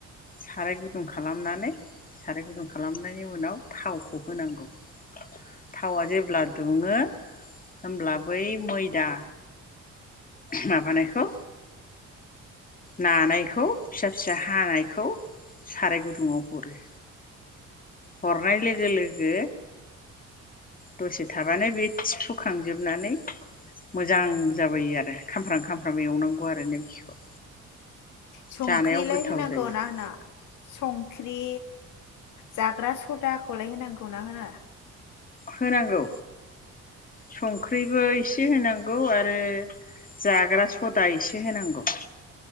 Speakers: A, on the left; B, on the left.
A: साराय गुदुं खालामनानै साराय गुदुं खालामनाय नि उनाव थावखौ होनांगौ थावा जेब्ला दुङो होब्ला बै मैदा माबानायखौ नानायखौ फिसा फिसा हानायखौ साराय गुदुङाव हरो हरनाय लोगो लोगो दसे थाबानो बे थिफु खांजोबनानै मोजां जाबोयो आरो खामफ्राम खामफ्राम एवनांगौ आरो नेमखिखौ।
B: संख्रिलाय
A: जानायाव गोथाव
B: होनांगौ
A: जायो
B: ना होनाङा सं ख्रि जाग्रा सदाखौलाय होनांगौ ना होनाङा?
A: होनांगौ संख्रिबो एसे होनांगौ आरो जाग्रा सदा एसे होनांगौ।